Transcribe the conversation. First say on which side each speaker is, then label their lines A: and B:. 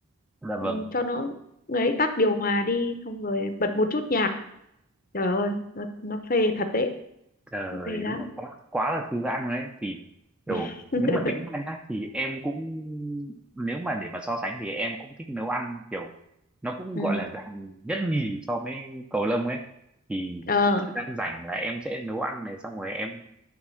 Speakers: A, in the centre; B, on the left.
A: dạ
B: ừ,
A: vâng
B: cho nó ấy tắt điều hòa đi xong rồi bật một chút nhạc trời ơi nó nó phê thật đấy
A: Trời
B: nó phê lắm
A: đúng là quá quá là thư giãn rồi đấy thì kiểu
B: <laughs>
A: nếu mà tính ra nhá, thì em cũng nếu mà để mà so sánh thì em cũng thích nấu ăn kiểu nó cũng
B: ừ
A: gọi là dạng nhất nhì so với cầu lông ấy thì
B: ờ
A: cứ thời gian rảnh là em sẽ nấu ăn này xong rồi em